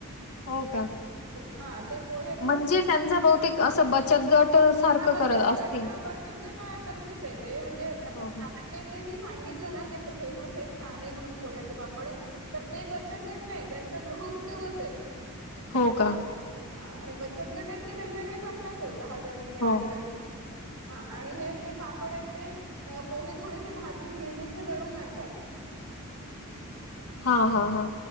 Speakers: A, on the left; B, on the right.
A: हो का?
B: हा ते पोहे
A: म्हणजे त्यांचा बहुतेक असं, बचत गट सारखं
B: हा बचत
A: करत असतील.
B: गट, हा बचत गटातर्फेच आहे. ते म्हणजे आता
A: हो, हो.
B: जे काही मी सांगितलं ना, तेे फेमस आहेत साने म्हणून पोह्याचे पापड, तर ते बचत गट नाही. त्यांचा गृह उद्योगच हाय.
A: हो का?
B: हा आणि बचत गट आहेत, ते वेगवेगळे करतातच. दहा जणी, आठ
A: हो.
B: जणी हा आणि हे जे पापड आहेत, ते पोहे थोडेसे भाजून गिरणीतन दळून आणतात.
A: हा हा हा.